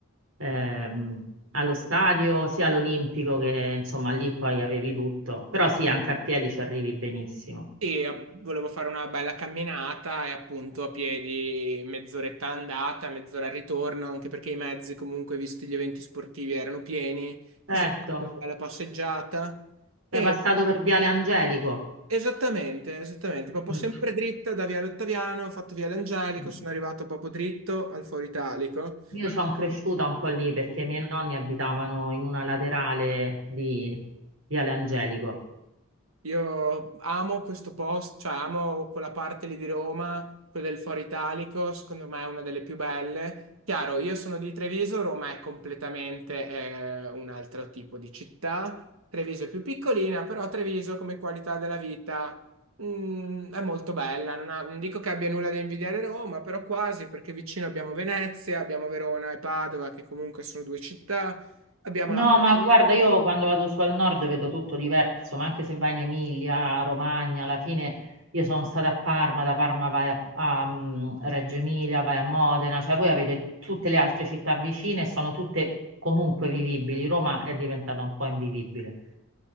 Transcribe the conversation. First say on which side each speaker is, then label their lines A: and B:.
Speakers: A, on the right; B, on the right.
A: ehm, allo stadio, sia all'Olimpico che insomma lì poi avevi tutto. Però sì, anche a piedi ci arrivi benissimo.
B: Sì, a- volevo fare una bella camminata e appunto a piedi mezz'oretta andata, mezz'ora al ritorno, anche perché i mezzi comunque, visti gli eventi sportivi, erano pieni. Mi
A: Certo,
B: sono fatto una bella passeggiata e
A: sei passato per Viale Angelico.
B: esattamente, esattamente, proprio
A: Mm.
B: sempre dritta da Viale Ottaviano, ho fatto Viale Angelico,
A: mm.
B: sono arrivato proprio dritto al Foro Italico.
A: Io sono cresciuta un po' lì perché i miei nonni abitavano in una laterale di Viale Angelico.
B: Io amo questo posto, cioè amo quella parte lì di Roma, quella del Foro Italico, secondo me è una delle più belle. Chiaro, io sono di Treviso, Roma è completamente eh, un altro tipo di città. Treviso è più piccolina, però Treviso come qualità della vita mm, è molto bella. Non, ha- non dico che abbia nulla da invidiare Roma, però quasi, perché vicino abbiamo Venezia, abbiamo Verona e Padova, che comunque sono due città. Abbiamo
A: No,
B: la
A: ma guarda, io quando vado su al nord vedo tutto diverso, ma anche se vai in Emilia, Romagna, alla fine io sono stata a Parma, da Parma vai a, a, mm, Reggio Emilia, vai a Modena, cioè voi avete tutte le altre città vicine e sono tutte comunque vivibili. Roma è diventata un po' invivibile,